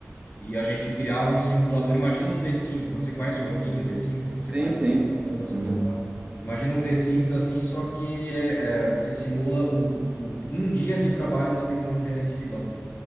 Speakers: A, on the left; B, on the right.
A: E a gente criava um simulador. Imagina um The Sims, não sei qual é o joguinho The Sims, que você
B: Sim,
A: vai
B: sim.
A: mudando as
B: Uhum.
A: coisas e tal. Imagina um The Sims assim, só que é, é, você simula o, o- um dia de trabalho na vida de um gerente de banco.